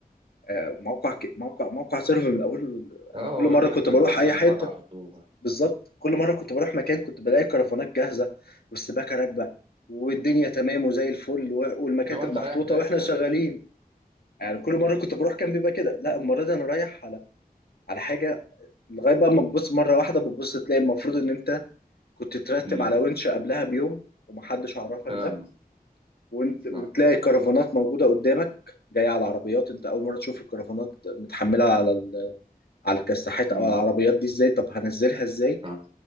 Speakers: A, on the left (about 80°); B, on the right (about 35°).
A: آه، موقع ك- موقع موقع سيرف من اول
B: اه
A: انا
B: هو
A: كل مره
B: واخدينك
A: كنت
B: من
A: بروح
B: الدار للنار
A: اي حته
B: على طول
A: بالظبط كل مره كنت بروح مكان كنت بلاقي الكرفانات جاهزه والسباكه راكبه والدنيا تمام وزي الفل و- والمكاتب
B: لو انت
A: محطوطه
B: رايح باشا
A: واحنا شغالين
B: يا باشا
A: يعني كل مره كنت بروح كان بيبقى كده لا المره دي انا رايح على على حاجه لغايه بقى ما تبص مره واحده بتبص تلاقي المفروض ان انت كنت ترتب
B: امم
A: على ونش قبلها بيوم ومحدش عرفك
B: فعلا
A: ده وانت
B: صح
A: وتلاقي كرفانات موجوده قدامك جايه على العربيات انت اول مره تشوف الكرفانات متحمله على ال... على الكساحات
B: امم
A: او على العربيات دي ازاي طب هنزلها ازاي
B: صح